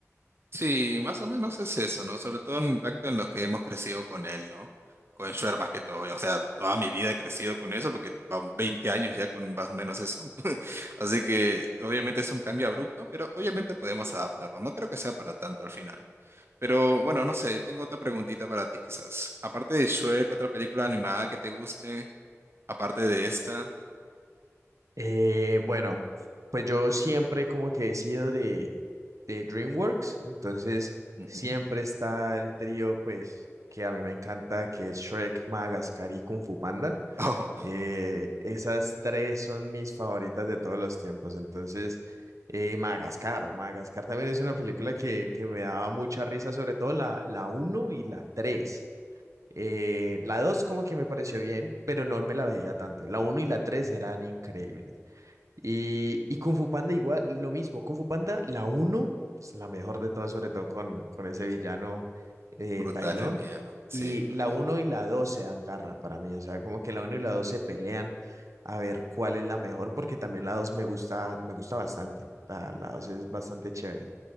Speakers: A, on the right (about 50°); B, on the right (about 85°).
A: Sí, más o menos es eso, ¿no? Sobre todo el impacto en los que hemos crecido con él, ¿no? Con Schwer más que todo. O sea, toda mi vida he crecido con eso porque van 20 años ya con más o menos eso. <laughs> Así que obviamente es un cambio abrupto, pero obviamente podemos adaptarnos. No creo que sea para tanto al final. Pero bueno, no sé, tengo otra preguntita para ti quizás. Aparte de Shrek, otra película animada que te guste, aparte de esta.
B: Eh, bueno, pues yo siempre como que he sido de, de DreamWorks, entonces
A: Ujú.
B: siempre
A: <laughs>
B: está el trío pues que a mí me encanta, que es Shrek, Madagascar y Kung Fu Panda.
A: Oh,
B: Eh, esas tres son mis favoritas de todos los tiempos. Entonces, eh, Madagascar, Madagascar también es una película que, que me daba mucha risa, sobre todo la, la uno y la 3. Eh, la 2 como que me pareció bien, pero no me la veía tanto. La uno y la 3 eran increíbles. Y, y Kung Fu Panda igual, lo mismo. Kung Fu Panda, la uno es la mejor de todas, sobre todo con, con ese villano eh,
A: brutal
B: Tai Lung.
A: el villano. Sí,
B: Y
A: brutal.
B: la uno y la 2 se dan garra para mí. O sea, como que la uno y la dos se pelean a ver cuál es la mejor, porque también la 2 me gusta, me gusta bastante. La, la 2 es bastante chévere.